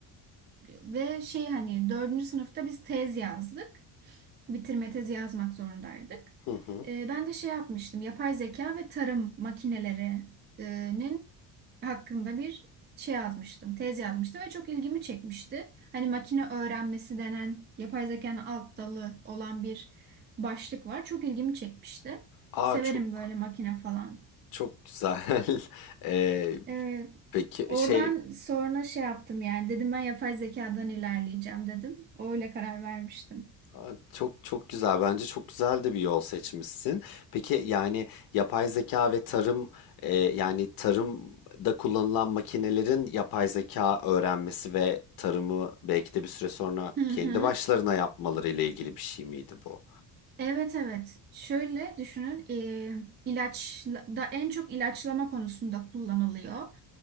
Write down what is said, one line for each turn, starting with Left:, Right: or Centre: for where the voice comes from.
Right: ve şey hani dördüncü sınıfta biz tez yazdık bitirme tezi yazmak zorundaydık.
Left: Hı hı.
Right: Ee, ben de şey yapmıştım, yapay zeka ve tarım makinelerinin hakkında bir şey yazmıştım, tez yazmıştım ve çok ilgimi çekmişti. Hani makine öğrenmesi denen yapay zekanın alt dalı olan bir başlık var. Çok ilgimi çekmişti.
Left: Aa
Right: Severim
Left: çok
Right: böyle makine falan.
Left: çok güzel. <laughs> Ee,
Right: Evet.
Left: peki
Right: Oradan
Left: şey
Right: sonra şey yaptım yani dedim ben yapay zekadan ilerleyeceğim dedim. Öyle karar vermiştim.
Left: aa, çok çok güzel. Bence çok güzel de bir yol seçmişsin. Peki yani yapay zeka ve tarım e, yani tarımda kullanılan makinelerin yapay zeka öğrenmesi ve tarımı belki de bir süre sonra
Right: Hı hı.
Left: kendi başlarına yapmaları ile ilgili bir şey miydi bu?
Right: Evet evet. Şöyle düşünün, e, ilaç da en çok ilaçlama konusunda kullanılıyor.